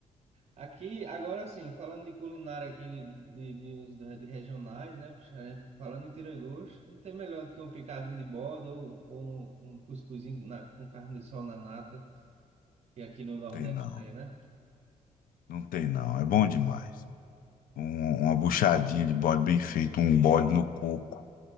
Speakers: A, on the right; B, on the left.
A: Aqui, agora sim, falando de culinária aqui, de, de, uns da- de regionais, né? puxa, a gente Falando em tira-gosto, não tem melhor do que um picadinho de borda ou, ou um, um cuscuzinho na- com carne de sol na nata, que aqui no
B: Não
A: Nordeste
B: tem não,
A: tem, né?
B: não tem não. É bom demais. Um- uma buchadinha de bode bem feito, um bode no coco.